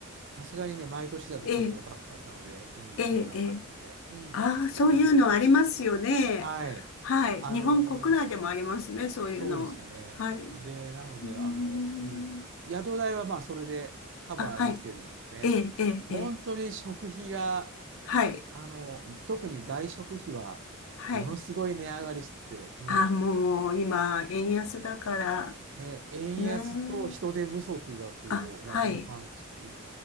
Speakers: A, on the right; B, on the left.
A: さすがにね、毎年だとちょっとお高かったので、
B: ええ、
A: うん、
B: ええ、
A: そんな感じで。
B: ええ。
A: うん。
B: ああ、そういうのありますよね。
A: なので、はい。
B: はい。
A: あの、
B: 日本国内でもありますね、そういうの。
A: そうですよね。
B: はい。う
A: で、なので、
B: ーん。
A: あの、うん。宿代はまあそれでカバーできてるんですよね。
B: あ、はい。ええ、ええ、
A: 本当に食費が、
B: ええ。はい。
A: あの、特に外食費はものすごい値上がりしてて、
B: はい。
A: も
B: ああ、もう今、円安だから、
A: う、ね、円安と人手不足がこう、
B: ね。あ、はい。
A: ダブルパンチ。